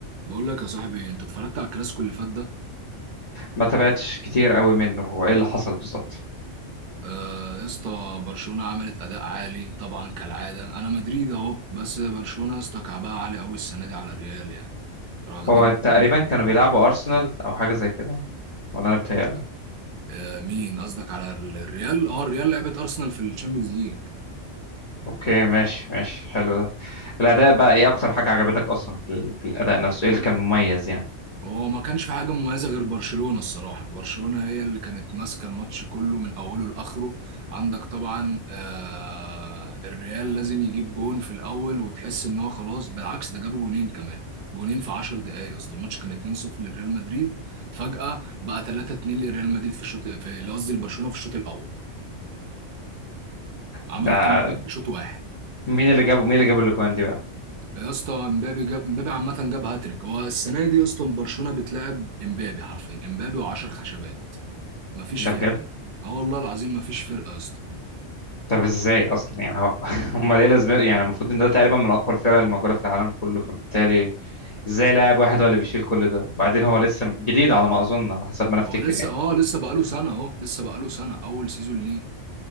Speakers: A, on the right (about 50°); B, on the left (about 40°).
A: بقول لك يا صاحبي انت اتفرجت على الكلاسيكو اللي فات ده
B: ما تابعتش كتير قوي منه هو ايه اللي حصل بالظبط
A: آه يا اسطى برشلونه عملت اداء عالي طبعا كالعاده انا مدريد اهو بس برشلونه يا اسطى كعبها عالي قوي السنه دي على الريال يعني واخدينه
B: هو تقريبا
A: خمسة
B: كانوا بيلعبوا
A: أربعة.
B: ارسنال او حاجه زي كده ولا انا بتهيألي
A: آه مين قصدك على الريال اه الريال لعبت ارسنال في الشامبيونز ليج
B: اوكي ماشي ماشي حلو ده الاداء بقى ايه اكتر حاجه عجبتك اصلا في, ال- في الاداء نفسه ايه اللي كان مميز يعني
A: هو ما كانش في حاجه مميزه غير برشلونه الصراحه برشلونه هي اللي كانت ماسكه الماتش كله من اوله لاخره عندك طبعا آه الريال لازم يجيب جون في الاول وتحس ان هو خلاص بالعكس ده جابوا جونين كمان جونين في 10 دقائق اصل الماتش كان 2-0 لريال مدريد فجاه بقى 3-2 لريال مدريد في الشوط في قصدي لبرشلونه في الشوط الاول عملوا
B: ده
A: كامباك في شوط واحد
B: مين اللي جابه مين اللي جاب الاجوان دي بقى
A: يا اسطى امبابي جاب امبابي عامه جاب هاتريك هو السنه دي يا اسطى برشلونه بتلعب امبابي حرفيا امبابي و10 خشبات مفيش
B: ده
A: فرق
B: بجد
A: اه والله العظيم ما فيش فرقه يا اسطى
B: طب ازاي اصلا يعني هو <laughs> امال ايه لازمته يعني المفروض ان ده تقريبا من اقوى الفرق الموجوده في العالم كله فبالتالي ازاي لاعب واحد هو اللي بيشيل كل ده وبعدين هو لسه جديد على ما اظن على حسب ما انا افتكر
A: هو لسه
B: يعني
A: اه لسه بقاله سنه اهو لسه بقاله سنه اول سيزون ليه